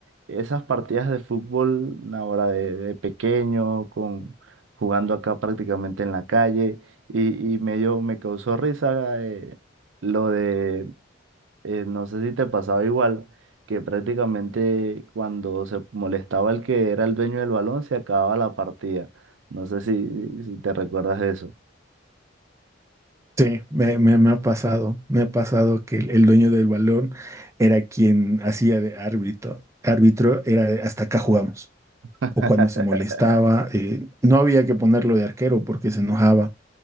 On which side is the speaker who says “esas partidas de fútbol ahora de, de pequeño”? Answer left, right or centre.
Right